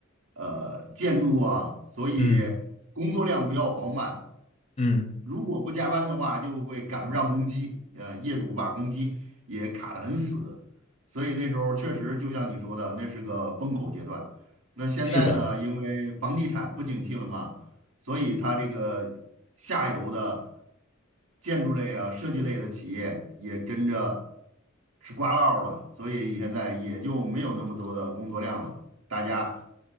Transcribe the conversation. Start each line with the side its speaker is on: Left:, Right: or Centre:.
Right: 呃建筑啊，所以工作量比较饱满。
Left: 嗯嗯，
Right: 如果不加班的话，就会赶不上工期，呃，业主把工期也卡得很死，所以那时候确实就像你说的，那是个风口阶段。那现在呢，
Left: 是的。
Right: 因为房地产不景气了嘛，所以它这个下游的建筑类啊、设计类的企业也跟着吃瓜落了，所以现在也就没有那么多的工作量了。大家